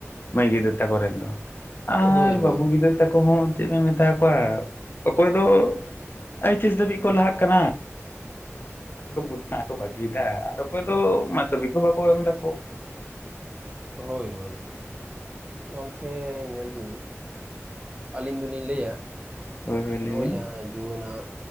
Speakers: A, on the left; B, on the right.
A: ᱢᱟᱹᱭ ᱜᱤᱫᱟᱹᱨ ᱛᱟᱠᱚ ᱨᱮᱱ ᱫᱚ, ᱟᱨ
B: ᱦᱳᱭ,
A: ᱵᱟᱹᱵᱩ
B: ᱦᱳᱭ,
A: ᱜᱤᱫᱟᱹᱨ ᱛᱟᱠᱚ ᱦᱚᱸ ᱪᱮᱫ ᱵᱮᱱ ᱢᱮᱛᱟ ᱠᱚᱣᱟ ᱚᱠᱚᱭ ᱫᱚ ᱟᱭᱮᱪᱮᱥ ᱫᱷᱟᱹᱵᱤᱡ ᱠᱚ ᱞᱟᱦᱟᱜ ᱠᱟᱱᱟ ᱾ <inaudible> ᱠᱚ ᱵᱟᱹᱜᱤᱭ ᱮᱫᱟ ᱟᱨ ᱚᱠᱚᱭ ᱫᱚ ᱢᱟᱫᱽᱫᱷᱚᱢᱤᱠ ᱦᱚᱸ ᱵᱟᱠᱚ ᱮᱢ ᱫᱟᱠᱚ ᱾
B: ᱦᱳᱭ ᱦᱳᱭ, ᱜᱚᱝᱠᱮ ᱧᱮᱞ ᱵᱤᱱ ᱟᱹᱞᱤᱧ ᱫᱚᱞᱤᱧ ᱞᱟᱹᱭᱟ
A: ᱦᱳᱭ ᱦᱳᱭ
B: ᱱᱚᱜᱼᱚᱭ
A: ᱞᱟᱹᱭ ᱵᱮᱱ
B: ᱡᱟᱦᱟᱸ ᱡᱩᱣᱟᱹᱱᱟᱜ